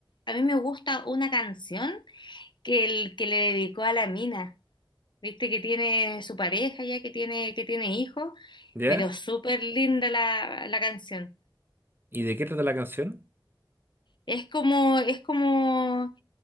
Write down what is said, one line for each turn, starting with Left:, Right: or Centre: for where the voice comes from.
Left: A mí me gusta una canción que, el, que le dedicó a la mina. Viste que tiene su pareja ya, que tiene, que tiene hijos,
Right: ¿Ya?
Left: pero súper linda la, la canción.
Right: ¿Y de qué trata la canción?
Left: Es como, es como